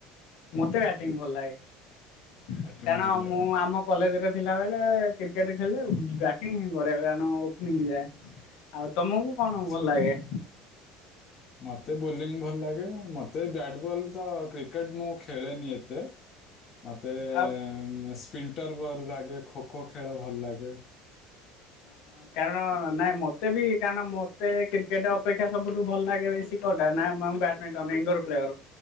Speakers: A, on the left (about 65°); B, on the left (about 35°).
A: ମୋତେ ବ୍ୟାଟିଂ ଭଲ ଲାଗେ।
B: ବ୍ୟାଟିଂ
A: କାରଣ
B: ଭଲ
A: ମୁଁ
B: ଲାଗେ
A: ଆମ କଲେଜ୍ ରେ ପିଲା ବେଳେ କ୍ରିକେଟ୍ ଖେଳିଲେ ଉ, ବ୍ୟାଟିଂ କରେ କାରଣ ଓପନିଂ ଯାଏ। ଆଉ ତୋମକୁ କଣ
B: ଆଚ୍ଛା
A: ଭଲ ଲାଗେ?
B: ମୋତେ ବୋଲିଂ ଭଲ ଲାଗେ, ମୋତେ ବ୍ୟାଟ୍ ବଲ୍ ତ କ୍ରିକେଟ୍ ମୁଁ ଖେଳେନି ଏତ ତେ ମୋତେ ଏ,
A: ଆଉ
B: ସ୍ପିଣ୍ଟର୍ ଭଲ ଲାଗେ ଖୋ ଖୋ ଖେଳ ଭଲ ଲାଗେ।
A: ହଁ କାରଣ ନାଇଁ ମୋତେ ବି କାରଣ ମୋତେ କ୍ରିକେଟ୍ ଅପେକ୍ଷା ସବୁଠୁ ଭଲ ଲାଗେ ବେଶୀ କୋଉଟା ନା ମମ ବ୍ୟାଟମିଣ୍ଟନ <unintelligible> ୱିଣ୍ଡୋ ର ପ୍ୟୟାର୍।